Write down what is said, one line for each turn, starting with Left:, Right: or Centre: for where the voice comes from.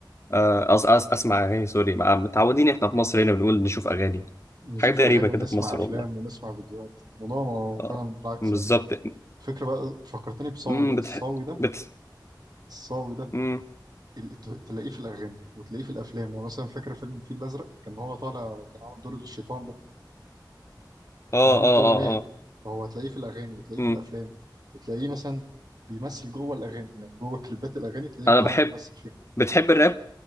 Left: آه، أس أس اسمع اغاني سوري مع- متعودين احنا في مصر هنا بنقول نشوف اغاني
Right: نشوف
Left: حاجات غريبه
Right: أغاني
Left: كده
Right: ونسمع
Left: في مصر
Right: أفلام
Left: والله
Right: ونسمع فيديوهات الموضوع ما- فعلا
Left: اه
Right: بالعكس
Left: بالظبط
Right: يعني الفكرة بقى فكرتني بصاوي
Left: امم
Right: ده
Left: بتح...
Right: الصاوي ده
Left: بت
Right: الصاوي ده
Left: امم
Right: ال- ت- تلاقيه في الأغاني وتلاقيه في الأفلام يعني مثلا فاكر فيلم الفيل الأزرق كان هو طالع كان عامل دور الشيطان ده
Left: اه
Right: كان عامل
Left: اه
Right: دور نائب
Left: اه اه
Right: فهو هتلاقيه في الأغاني وتلاقيه
Left: امم
Right: في الأفلام وتلاقيه مثلا بيمثل جوه الأغاني يعني جوه كليبات الأغاني تلاقيه
Left: انا بحب
Right: هو بيمثل فيها
Left: بتحب الراب